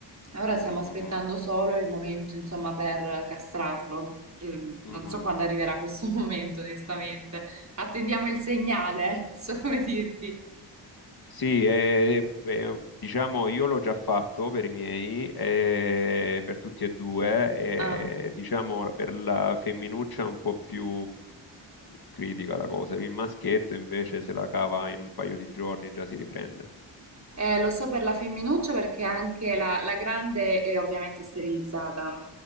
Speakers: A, on the right; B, on the left.
A: Ora
B: Mhm,
A: stiamo aspettando
B: mhm,
A: solo il momento, insomma, per castrarlo. Eh,
B: mhm.
A: non so quando arriverà questo <laughs> momento, onestamente. Attendiamo il segnale, <laughs> non so come dirti.
B: Sì, eh, eh, diciamo io l'ho già fatto per i miei, eh, per tutti e due,
A: Ah.
B: eh, diciamo per la femminuccia è un po' più critica la cosa, il maschietto invece se la cava in un paio di giorni già si riprende.
A: Eh, lo so per la femminuccia perché anche la, la grande è ovviamente sterilizzata,